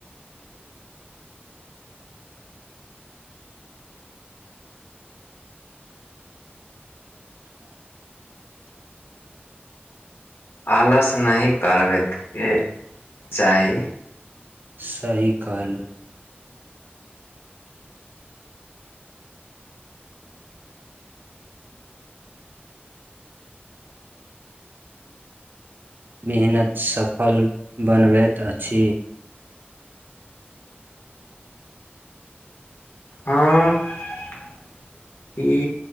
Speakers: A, on the left; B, on the right.
A: आलस नहीं करबै केँ चाही
B: सही कहलु मेहनत सफल बनबैत अछि
A: <unintelligible> ई